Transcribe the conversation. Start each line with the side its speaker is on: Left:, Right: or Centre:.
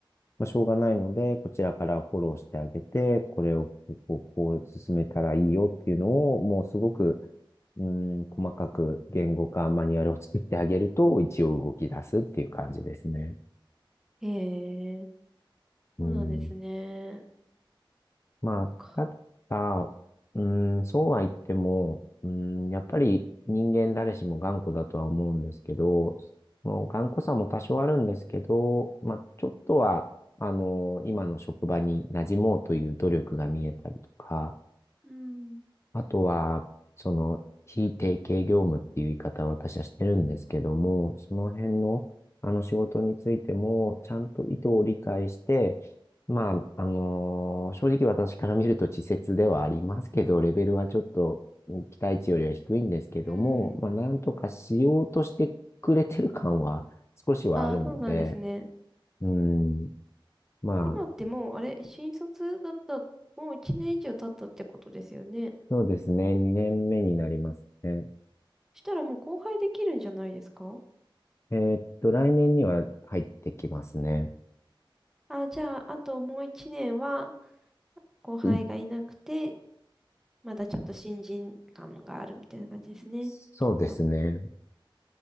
Left: まあ、しょうがないので、こちらからフォローしてあげて、これをこう、こう、こう進めたらいいよっていうのを、もうすごく、うん、細かく言語化、マニュアルを作ってあげると、一応動き出すっていう感じですね。
Centre: へえ、
Left: うん
Centre: そうなんですね。
Left: まあ、
Centre: か
Left: ただ、うーん、そうは言っても、うーん、やっぱり人間誰しも頑固だとは思うんですけど、もう頑固さも多少あるんですけど、まあ、ちょっとは、あの、今の職場に馴染もうという努力が見えたりとか、
Centre: うん。
Left: あとは、その、非定型業務っていう言い方を私はしてるんですけども、その辺の、あの仕事についても、ちゃんと意図を理解して、まあ、あのー正直私から見ると稚拙ではありますけど、レベルはちょっとね期待値よりは低いんですけども、
Centre: うん。
Left: まあ、なんとかしようとしてくれてる感は少しはあるので、
Centre: ああ、そうなんですね。
Left: うん、まあ、
Centre: 今ってもう、あれ、新卒だった、もう1年以上経ったってことですよね。
Left: そうですね、2年目になりますね。
Centre: そしたらもう後輩できるんじゃないですか
Left: えーっと、来年には入ってきますね。
Centre: あじゃあ、あともう1年は後輩がいなくて、
Left: い
Centre: まだちょっと新人感があるみたいな感じですね。
Left: そうですね。
Centre: きっと。